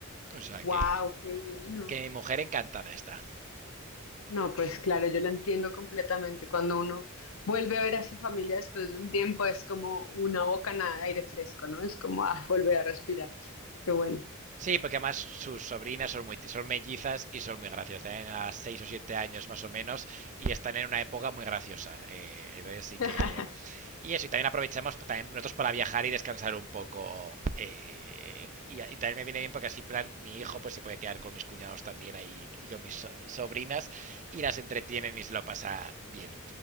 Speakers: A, on the right; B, on the left.
A: O sea
B: wow,
A: que,
B: qué bueno.
A: que mi mujer encantada está.
B: No, pues claro, yo lo entiendo completamente. Cuando uno vuelve a ver a su familia después de un tiempo, es como una bocanada de aire fresco, ¿no? Es como ah, volver a respirar. Qué bueno.
A: Sí, porque además sus sobrinas son muy, son mellizas y son muy graciosas. Tienen a 6 o 7 años más o menos y están en una época muy graciosa. Eh, entonces sí que...
B: <laughs>
A: Y eso, y también aprovechamos pues, también nosotros para viajar y descansar un poco. eh, y, y también me viene bien porque así, plan, mi hijo pues se puede quedar con mis cuñados también ahí y con mis so- sobrinas y las entretienen y se lo pasa bien.